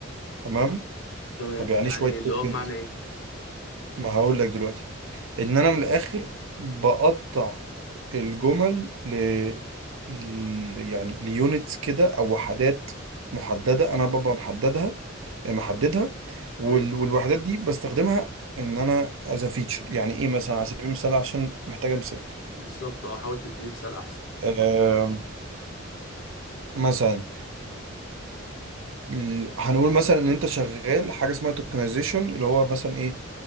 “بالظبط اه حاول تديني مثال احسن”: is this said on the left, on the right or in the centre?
Left